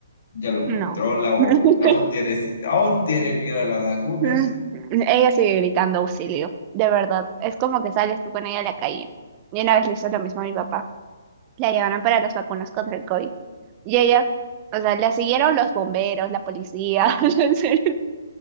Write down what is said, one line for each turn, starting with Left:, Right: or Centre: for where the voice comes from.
Left: ya lo
Right: No.
Left: controla o
Right: <laughs>
Left: aún tiene, aún tiene el miedo de las agujas.
Right: Mm, Ella sigue gritando auxilio, de verdad. Es como que sales tú con ella a la calle. Y una vez le hizo lo mismo a mi papá. La llevaron para las vacunas contra el COVID. Y ella, o sea, la siguieron los bomberos, la policía. <laughs> en serio.